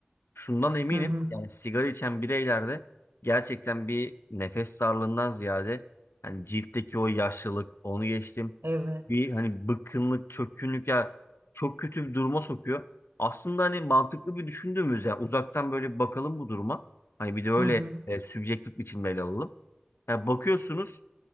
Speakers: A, on the left (about 75°); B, on the right (about 70°).
A: Şundan eminim
B: Hı hı.
A: yani sigara içen bireylerde gerçekten bir nefes darlığından ziyade hani ciltteki o yaşlılık onu geçtim
B: Evet.
A: bir hani bıkkınlık çökkünlük ya çok kötü bir duruma sokuyor. Aslında hani mantıklı bir düşündüğümüz yani uzaktan böyle bir bakalım bu duruma. Hani bir de öyle
B: Hı hı.
A: e, sübjektif biçimde ele alalım. Yani bakıyorsunuz